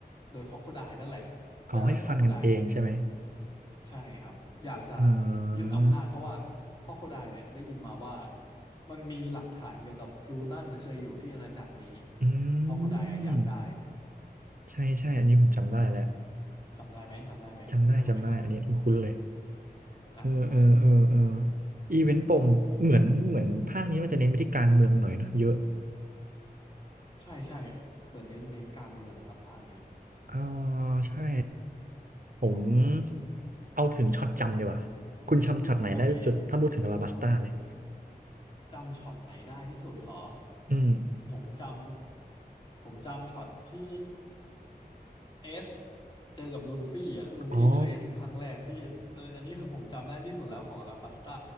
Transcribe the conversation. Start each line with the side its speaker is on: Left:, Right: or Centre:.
Left: โดยคอกโคไดนั่นแหละเพื่อคอกโคไดเนี่ย
Right: เอาให้ฟันกันเองใช่ไหม
Left: ใช่ครับอยากจะ
Right: เอ
Left: ยึดอำนาจเพราะว่าคอกโคไดเนี่ยได้ยินมาว่า
Right: อ
Left: มันมีหลักฐานเกี่ยวกับพลูตันเคยอยู่ที่อาณาจักรนี้
Right: อื
Left: คอกโคไดอะอยากได้
Right: มใช่ใช่อันนี้ผมจำได้แล้ว
Left: จำได้ไหมจำได้ไหมคุณคุณไหมครับ
Right: จำได้จำได้อันนี้คุ้นๆเลย
Left: อ่า
Right: เออเออเออเอออีเวนต์ปมเหมือนเหมือนภาคนี้มันจะเน้นไปที่การเมืองหน่อยเนอะเยอะ
Left: ใช่ใช่เปิดเน้นเน้นการเมืองครับภาคนี้
Right: อ๋อใช่ผมเอาถึงช็อตจำดีกว่าคุณจำช็อตไหนได้ที่สุดถ้าพูดถึงอลาบัสตาเลย
Left: โอเค จำช็อตไหนได้ที่สุดเหรอ
Right: อืม
Left: ผมจำ ผมจำช็อตที่เอสเจอกับลูฟี่อ่ะลูฟี่เจอเอสครั้งแรกที่เอ่ออันนี้คือผมจำได้ที่สุดแล้วของอาราบัสตา
Right: อ๋อ